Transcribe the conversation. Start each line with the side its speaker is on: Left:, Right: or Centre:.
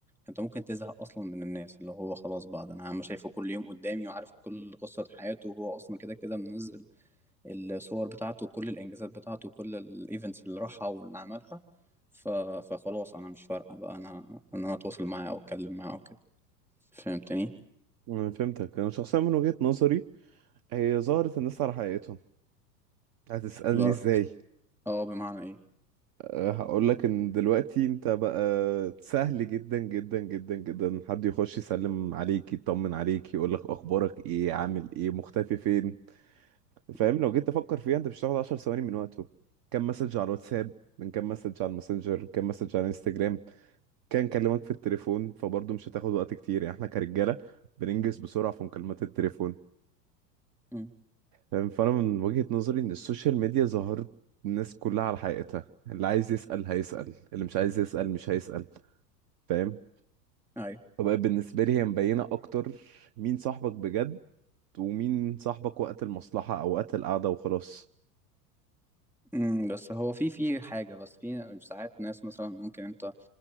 Centre: انت ممكن تزهق اصلا من الناس اللي هو خلاص بعض انا عم شايفه كل يوم قدامي وعارف كل قصة حياته وهو اصلا كده كده منزل الصور بتاعته وكل الانجازات بتاعته وكل الايفنتس اللي راحها واللي عملها ف... فخلاص انا مش فارقه بقى انا ان انا اتواصل معاه او اتكلم معاه وكده فهمتني
Right: أنا فهمتك أنا شخصيا من وجهة نظري هي ظهرت الناس على حقيقتهم هتسألني
Centre: ضر...
Right: إزاي؟
Centre: اه بمعنى ايه
Right: أه هقولك إن دلوقتي أنت بقى سهل جدا جدا جدا جدا حد يخش يسلم عليك يطمن عليك يقولك أخبارك إيه عامل إيه مختفي فين فاهم
Centre: م-
Right: لو جيت تفكر فيها أنت مش هتاخد 10 ثواني من وقته كم مسج على الواتساب من كام مسج على الماسنجر كام مسج على الانستجرام كان كلمك في التليفون فبرضه مش هتاخد وقت كتير يعني احنا كرجاله بننجز بسرعه في مكالمات التليفون
Centre: م-
Right: فاهم؟ فانا من وجهه نظري ان السوشيال ميديا ظهرت الناس كلها على حقيقتها اللي عايز يسال هيسال اللي مش عايز يسال مش هيسال فاهم
Centre: ايوه
Right: فبقى بالنسبه لي هي مبينه اكتر مين صاحبك بجد ومين صاحبك وقت المصلحه او وقت القعده وخلاص
Centre: م، بس هو في في حاجه بس في ساعات ناس مثلا ممكن انت